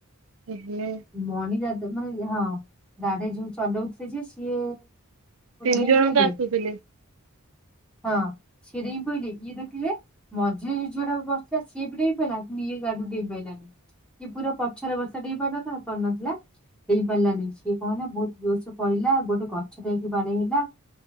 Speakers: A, on the right; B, in the centre.
A: ଏ ହେ
B: ମଣି ଦାଦା ମାନେ ହଁ ଗାଡି ଯୋଉ ଚଲଉଉଥିଲେ ଯେ ସିଏ
A: ତିନି
B: ଡେଇଁ
A: ଜଣ
B: ପଇଲେ
A: ତ ଆସୁଥିଲେ।
B: ହଁ ସେରେ ପାଇଲି କିଏ ଡାକିବେ? ମଝିରେ ଯୋଉ ଝିଅଟା ବସିଥିଲା ସିଏ ଡେଇଁ ପଇଲା ଇଏ ଗାଡି ଡେଇିଁ ପାଇଲାନି। କି ପୁରା ପଛରେ ବସିଥିଲା ଡେଁଇପାରନଥାନ୍ତା ପାରୁନଥିଲା। ଡେଁପାରିଲାନି ସିଏ କଣ ହେଲା ବହୁତ ଜୋରସ ପଡିଲା ଗୋଟେ ଗଛରେ ଯାଇକି ବାଡେଇ ହେଲା।